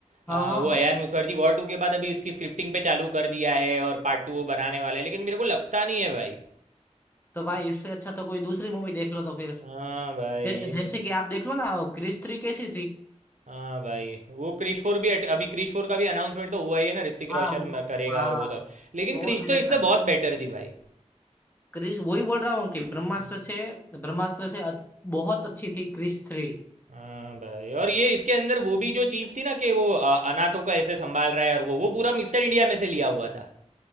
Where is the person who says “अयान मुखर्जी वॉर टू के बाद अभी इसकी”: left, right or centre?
Right